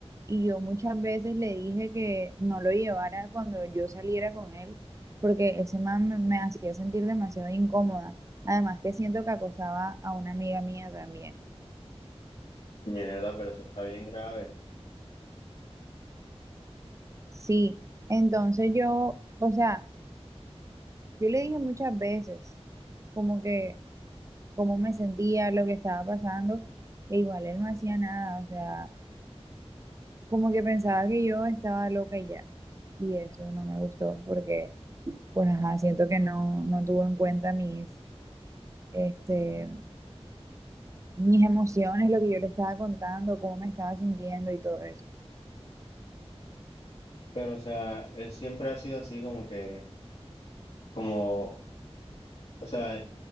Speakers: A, on the right; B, on the left.
A: y yo muchas veces le dije que no lo llevara cuando yo saliera con él porque ese man me, me hacía sentir demasiado incómoda. Además que siento que acosaba a una amiga mía también.
B: Mierda, pero eso está bien grave.
A: Sí, entonces yo, o sea, yo le dije muchas veces como que cómo me sentía, lo que estaba pasando, e igual él no hacía nada, o sea... como que pensaba que yo estaba loca y ya. Y eso no me gustó porque, pues, ajá, siento que no, no tuvo en cuenta mis, este, mis emociones, lo que yo le estaba contando, cómo me estaba sintiendo y todo eso.
B: Pero, o sea, él siempre ha sido así como que, como O sea,